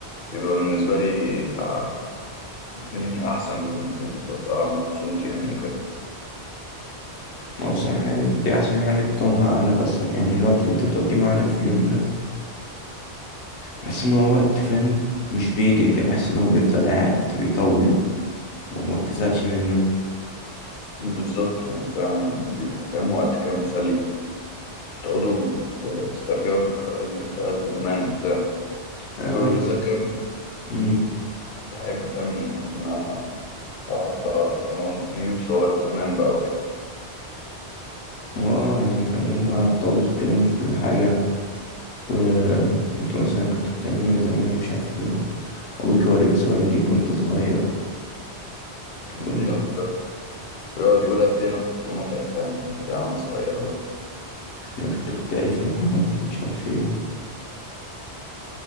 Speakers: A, on the left; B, on the left.
A: بيبقى بالنسبة لي آه، يعني أحسن وببقى مبسوط يعني وكده
B: ما هو الصراحة يعني دي أحسن حاجة إنك تقعد مع أهلك أصلا يعني الوقت اللي أنت بتقضيه مع أهلك في اليوم ده بحس إن هو وقت فاهم مش بيجري كده بحس إن هو بيفضل قاعد بيطول وما بتزهقش منه
A: بالظبط هو فعلا بيبقى فاهم وقت كده مسلي تقعدوا تسترجعوا ذكريات ذكريات زمان وبتاع
B: آه
A: بالذات
B: غير الس-
A: كمان
B: أمم
A: بحب فاهم إن أنا أقعد بقى ونقعد نجيب صور زمان بقى وكده
B: هو آه يعني فاهم هو بتقعدوا تتكلموا في كل حاجة وأنتوا مثلا كنتوا بتعملوا إيه زمان ومش عارف إيه و- وأبوك يوريك صور ليك وأنت صغير
A: بالظبط
B: كل ال...
A: بيقعد يقول قد إيه أنا كنت متعب فاهم بتاع وأنا صغير بقى
B: لك أنت كنت تعرفني في حياتي ومش عارف إيه